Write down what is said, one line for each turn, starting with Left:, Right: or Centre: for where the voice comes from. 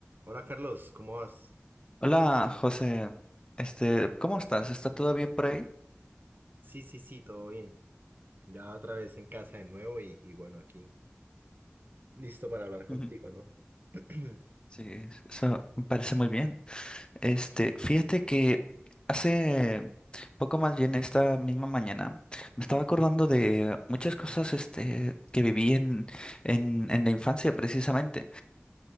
Right: Hola Carlos, ¿cómo vas?
Left: Hola, José. Este, ¿cómo estás? ¿Está todo bien por ahí?
Right: Sí, sí, sí, todo bien. Ya otra vez en casa de nuevo y, y bueno, aquí listo para hablar contigo,
Left: Ujú.
Right: ¿no? <clears throat>
Left: Sí, es- eso me parece muy bien. Este, fíjate que hace poco más bien esta misma mañana me estaba acordando de muchas cosas este, que viví en, en, en la infancia precisamente.